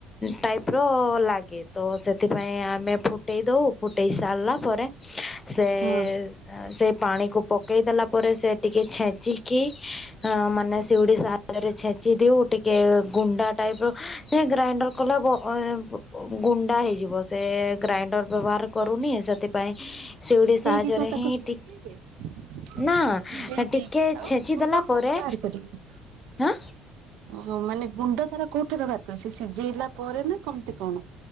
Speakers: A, on the left; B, on the right.
A: ଟାଇପ୍ ର ଲାଗେ। ତ ସେଥିପାଇଁ ଆମେ ଫୁଟେଇ ଦଉ ଫୁଟେଇ ସାରିଲା ପରେ ସେ
B: ହଁ
A: ଏଁ ସେଇ ପାଣିକୁ ପକେଇ ଦେଲା ପରେ ସେ ଟିକେ ଛେଚିକି ହଁ ମାନେ ସିଉଡି ସାହା ରେ ଛେଚି ଦେଉ ଟିକେ ଗୁଣ୍ଡା ଟାଇପ୍ ର ସେ ଗ୍ରାଇଣ୍ଡର କଲା ବ- ଅଏ- ବ ଗୁଣ୍ଡା ହେଇଯିବ ସେ ଗ୍ରାଇଣ୍ଡର୍ ବ୍ୟବହାର କରୁନି ସେଥିପାଇଁ ସିଉଡ଼ି
B: ସିଝେଇକି
A: ସାହାଯ୍ୟରେ
B: କଣ ତାକୁ
A: ହିଁ
B: ଶୁଖେଇବେ? ଓ
A: ନା
B: ସିଜେଇ
A: ଟିକେ
B: ଦେଇକି ଆଉ
A: ଛେଚି
B: ଗୁଣ୍ଡ
A: ଦେଲା
B: କୋଉଟେ
A: ପରେ
B: ବାହାର କରିବି?
A: ହଁ
B: ଓ ମାନେ ଗୁଣ୍ଡ ତାର କୋଉଠାରୁ ବାହାର କରି ସେ ସିଝେଇଲା ପରେ ନା କମତି କଣ?